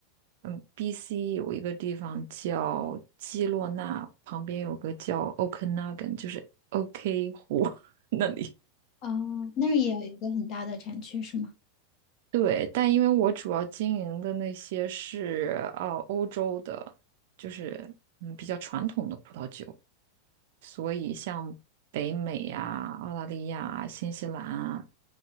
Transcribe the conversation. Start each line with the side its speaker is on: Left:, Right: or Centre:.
Right: 嗯 BC 有一个地方叫基洛纳，旁边有个叫 Okanagan，就是 OK 湖 <laughs> 那里。
Left: 哦，那儿也有一个很大的产区，是吗？
Right: 对，但因为我主要经营的那些是呃欧洲的，就是嗯比较传统的葡萄酒，所以像北美呀、澳大利亚啊新西兰啊、